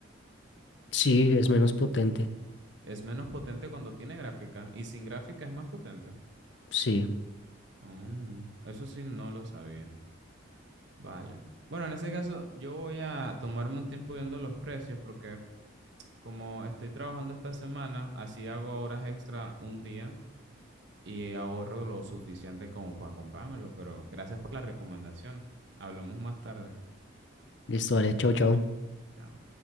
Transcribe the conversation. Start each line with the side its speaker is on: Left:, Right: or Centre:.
Left: Sí, es menos potente.
Right: Es menos potente cuando tiene gráfica y sin gráfica es más potente.
Left: Sí,
Right: Mm, eso sí, no lo sabía. Vale. Bueno, en ese caso, yo voy a tomarme un tiempo viendo los precios porque como estoy trabajando esta semana, así hago horas extra un día y ahorro lo suficiente como para comprármelo. Pero gracias por la recomendación. Hablamos más tarde.
Left: listo, vale, chao, chao.
Right: Chao.